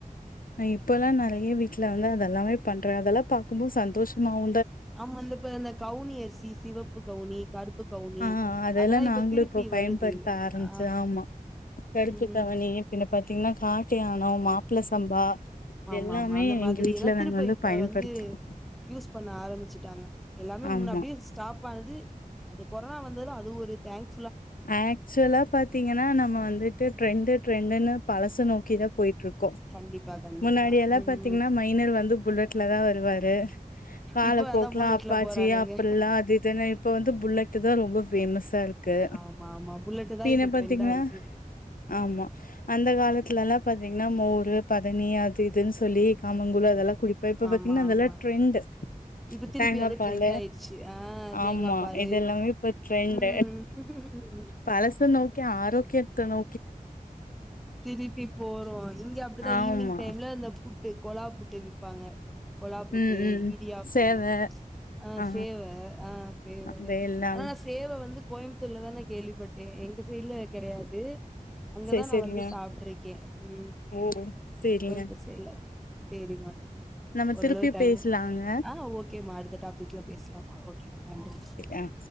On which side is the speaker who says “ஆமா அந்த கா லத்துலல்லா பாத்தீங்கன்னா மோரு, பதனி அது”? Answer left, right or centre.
Left